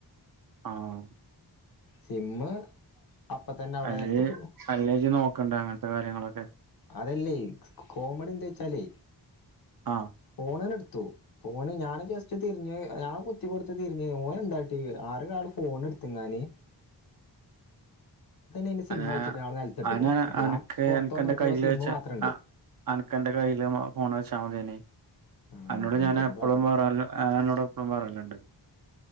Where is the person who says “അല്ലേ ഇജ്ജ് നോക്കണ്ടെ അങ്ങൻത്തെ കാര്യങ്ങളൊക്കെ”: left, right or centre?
Right